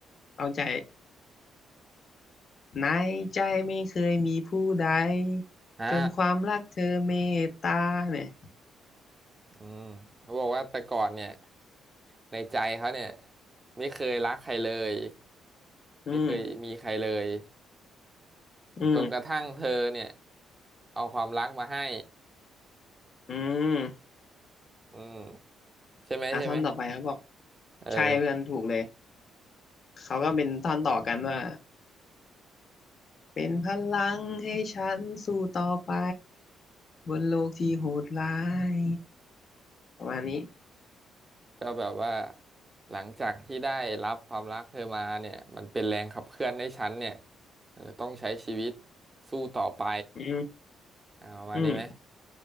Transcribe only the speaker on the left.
เอาใจในใจไม่เคยมีผู้ใด
จนความรักเธอเมตตาเนี่ย
อืม
อืม
อืม
อ่ะท่อนต่อไปเขาบอก
ใช่เพื่อนถูกเลยเขาก็เป็นท่อนต่อกันว่าเป็นพลังให้ฉันสู้ต่อไปบนโลกที่โหดร้ายประมาณนี้
อืม
อืม